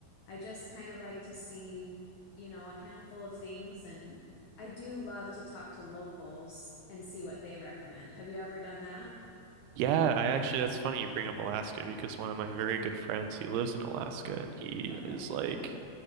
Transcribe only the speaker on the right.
Yeah, I actually, that's funny you bring up Alaska because one of my very good friends, he lives in Alaska and he
is like